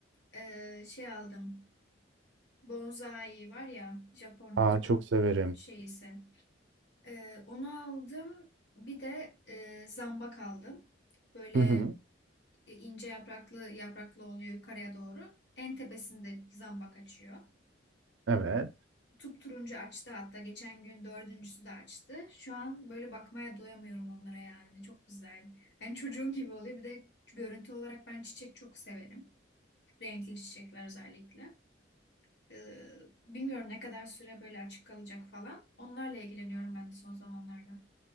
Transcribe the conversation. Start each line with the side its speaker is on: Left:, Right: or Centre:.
Left: e, şey aldım. Bonsai var ya Japon
Right: Aa çok severim.
Left: şeyisi. E, onu aldım. Bir de e, zambak aldım. Böyle
Right: Hı hı.
Left: e, ince yapraklı yapraklı oluyor yukarıya doğru. En tepesinde zambak açıyor.
Right: Evet.
Left: Turuncu açtı hatta. Geçen gün dördüncüsü de açtı. Şu an böyle bakmaya doyamıyorum onlara yani. Çok güzel. Hani çocuğum gibi oluyor. Bir de görüntü olarak ben çiçek çok severim. Renkli çiçekler özellikle. Ee, bilmiyorum ne kadar süre böyle açık kalacak falan. Onlarla ilgileniyorum ben de son zamanlarda.